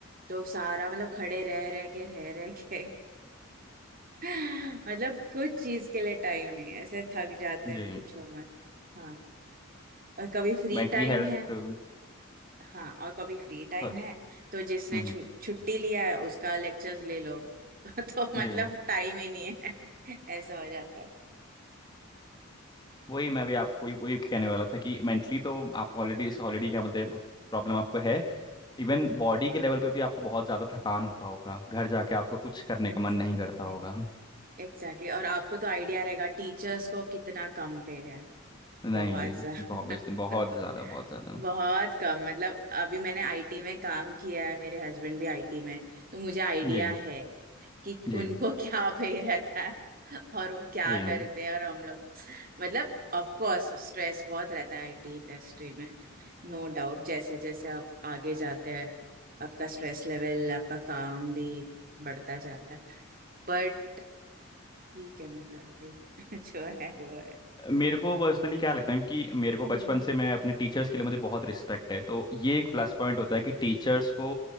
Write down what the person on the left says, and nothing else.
जी
Mentally
health
सॉरी
हम्म
हम्म,
जी
वही मैं भी आपको वही वही कहने वाला था कि मेंटली तो आप ऑलरेडी ऑलरेडी क्या बोलते हैं प्रॉब्लम आपको है इवन बॉडी के लेवल पे भी आपको बहुत ज़्यादा थकान होता होगा घर जाके आपको कुछ करने
का मन नहीं करता
होगा
नहीं
ऑब्वियसली बहुत ज्यादा बहुत
ज्यादा
जी
जी
जी
मेरे को पर्सनली क्या लगता है कि मेरे को
बचपन से मैं अपने टीचर्स के लिए मुझे बहुत रिस्पेक्ट है तो ये एक प्लस पॉइंट होता है कि टीचर्स को